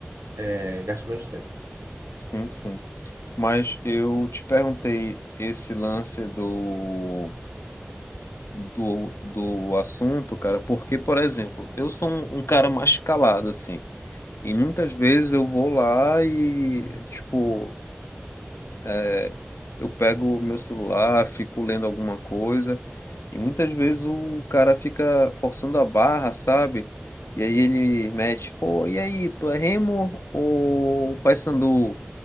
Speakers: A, on the right; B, on the left.
A: eh, gasto menos tempo.
B: Sim, sim. Mas eu te perguntei esse lance do, do, do assunto, cara, porque, por exemplo, eu sou um, um cara mais calado, assim. E muitas vezes eu vou lá e, tipo, é, eu pego o meu celular, fico lendo alguma coisa, e muitas vezes o cara fica forçando a barra, sabe? E aí ele mete, pô, e aí, tu é Remo ou Paysandu?